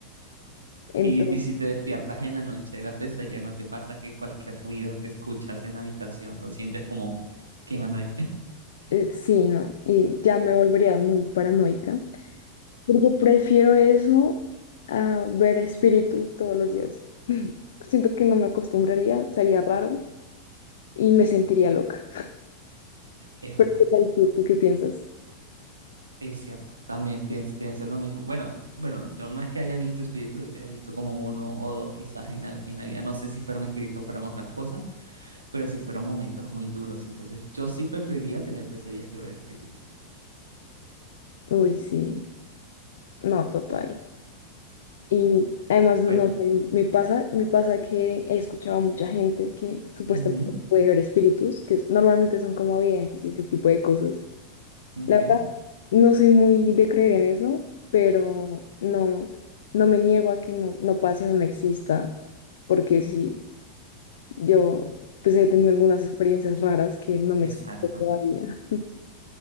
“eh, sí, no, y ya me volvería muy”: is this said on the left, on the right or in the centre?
Left